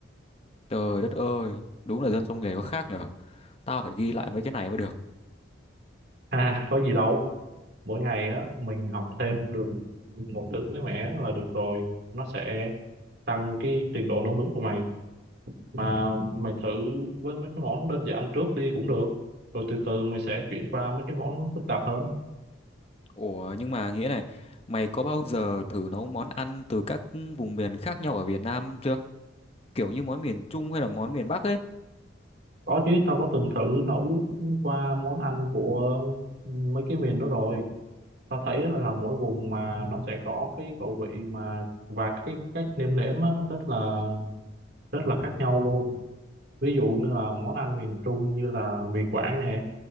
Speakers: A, on the left; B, on the right.
A: Trời đất ơi, đúng là dân trong nghề có khác nhở. Tao phải ghi lại mấy cái này mới được.
B: <laughs> ha có gì đâu mỗi ngày á mình học thêm được một thứ mới mẻ là được rồi nó sẽ tăng cái trình độ nấu nướng của mày mà mày thử với mấy cái món đơn giản trước đi cũng được rồi từ từ mày sẽ chuyển qua mấy cái món phức tạp hơn
A: Ủa nhưng mà nghĩa này, mày có bao giờ thử nấu món ăn từ các vùng miền khác nhau ở Việt Nam chưa? Kiểu như món miền Trung hay là món miền Bắc ấy?
B: có chứ tao có từng thử nấu qua món ăn của mấy cái miền đó rồi tao thấy là, là mỗi vùng mà nó sẽ có cái khẩu vị mà và cái cách nêm nếm á, rất là rất là khác nhau luôn ví dụ như là món ăn miền Trung như là mì Quảng nè